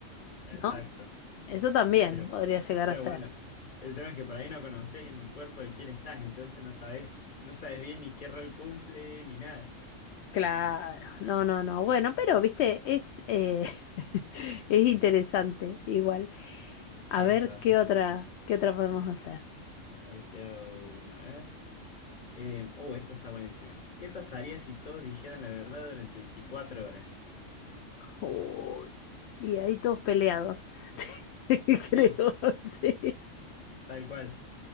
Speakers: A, on the left; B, on the left.
A: exacto.
B: ¿no? Eso también
A: Pero,
B: podría llegar
A: pero
B: a ser.
A: bueno, el tema es que por ahí no conoces en el cuerpo de quién estás, entonces no sabes, no sabes bien ni qué rol cumple ni nada.
B: Claro, no, no, no. Bueno, pero, viste, es, eh, <laughs> es interesante igual.
A: Sí,
B: A
A: está
B: ver
A: bastante
B: qué otra,
A: bueno.
B: qué otra podemos hacer.
A: Ahí te hago una vez. Eh, oh, esta está buenísima. ¿Qué pasaría si todos dijeran la verdad durante 24 horas?
B: Uy, y ahí todos peleados, <laughs>
A: Sí,
B: creo, sí.
A: tal cual.